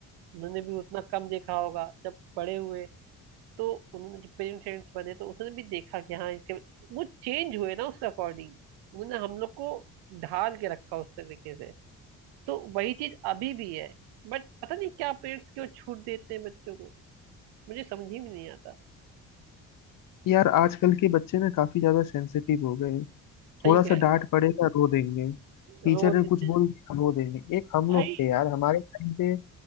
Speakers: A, on the right; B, on the left.
A: उन्होंने भी उतना कम देखा होगा जब बड़े हुए तो उन्होंने जब पेरेंट्स बने तो उन्होंने भी देखा कि हाँ इसके वो चेंज हुए ना उसके अकॉर्डिंग उन्होंने हम लोग को ढाल के रखा उस तरीके से तो वही चीज अभी भी है बट पता नहीं क्या पेरेंट्स क्यों छूट देते हैं बच्चों को मुझे समझ ही में नहीं आता
B: यार आजकल के बच्चे ना काफी ज्यादा सेंसिटिव हो गए हैं।
A: सही
B: थोड़ा
A: कह
B: सा
A: रहे
B: डांट पड़ेगा रो देंगे
A: हो,
B: टीचर
A: रो
B: ने
A: देते
B: कुछ बोल
A: हैं
B: दिया रो देंगे एक हम
A: भाई
B: लोग थे यार हमारे टाइम पे